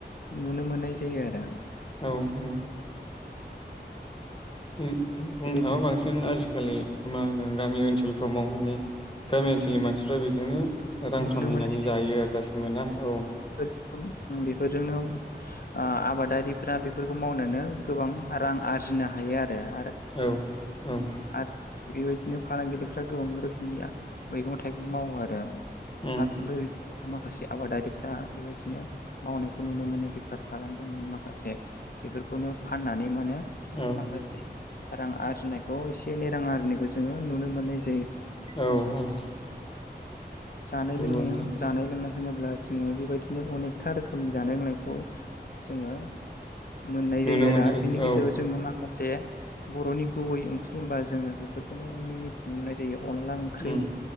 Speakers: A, on the left (about 60°); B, on the left (about 30°).
A: नुनो मोननाय जायो आरो आं
B: औ नंगौ
A: <unintelligible>
B: उम बुंनो
A: बेबायदिनो
B: थाङोबा बांसिन आजिखालि मा होनो गामि ओनसोलफ्राव मावनानै गामि ओनसोलनि मानसिफ्रा बेजोंनो रां
A: नुनो
B: खामायनानै
A: मोनो
B: जायो आरो दासिमबो ना औ
A: <unintelligible> बेफोरजोंनो ओ आबादारिफ्रा बेफोरखौ मावनोनो गोबां रां आरजिनो हायो आरो
B: औ औ।
A: आरो बेबायदिनो फालांगिरिफ्रा गोबां रोखोमनिया मैगं थाइगं मावो आरो
B: उम
A: <unintelligible> माखासे आबादारिफ्रा बेबायदिनो मावनायखौ नुनो मोनो बेफार फालांगि होन माखासे बेफोरखौनो फाननानै मोनो।
B: औ
A: माखासे रां आरजिनायखौ एसे एनै रां आरजिनायखौ जोङो नुनो मोननाय जा
B: औ औ
A: जानाय
B: नंगौ
A: लोंनायोम
B: नोंथां
A: जानाय लोंनाय होनोब्ला जोङो बेबायदिनो अनेकथा रोखोमनि जानाय लोंनायखौ जोङो मोननाय
B: नुनो
A: जायो आरो
B: मोनसै
A: आरो बिनि गेजेराव
B: औ
A: जोङो माखासे बर'नि गुबै ओंख्रि होमबा जोङो बेफोरखौनो मि मिथिनो मोननाय जायो अनला ओंख्रि
B: उम